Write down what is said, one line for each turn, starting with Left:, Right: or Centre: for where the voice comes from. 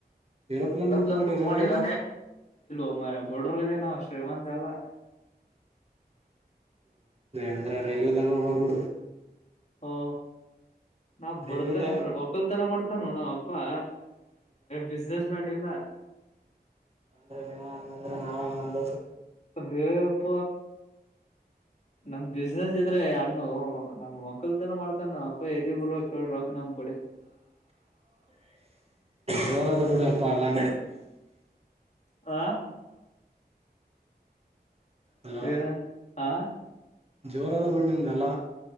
Right: ಏರೋಪ್ಲೇನ್ ಬುಕ್
Left: ಬ್
Right: ಮಾಡಿರನೇನು
Left: ಮಾಡಲ್ಲ ಅಮ ೇನ ಶ್ರೀ ಮಂದಲ್ಲ
Right: ಅಂದ್ರೆ ರೈಲ್ವೆ ತ ಬೂಡು
Left: ಓ ನಾವ್ ಬಡತನ್
Right: ರೈಲ್ವೆ ಟ
Left: ಹೊಕಲ್ತನ ಮಾಡ್ತಾನ ನೋಣ ಅಪ್ಪಾ ಬಿಸ್ನೆಸ್ ಮ್ಯಾನ್ ಇಲ್ಲ
Right: ಅ ನಿ ನಾಾವ ನಂಬ
Left: ಅೇಪ್ಪ ನಮ ಬಿಸ್ನೆಸ್ ಇದ್ರೆ ಹಣ್ಣು ನಮ್ ಕ್ಕಲ್ತನ ಮಾಡ್ತಾನ ಅಪ್ಪ ಎದ ಬರ್ ಕ್ರೋಕ್ ನಮಕಡಿ
Right: ಜೋರದ ಬಿಡ ಅಪ್ಪ ಎಲ್ಲಾ
Left: ಹಾ
Right: ಹಲೋ
Left: ಏನ ಆ
Right: ಜೋರದ ಬಟ್ದಲ್ಲ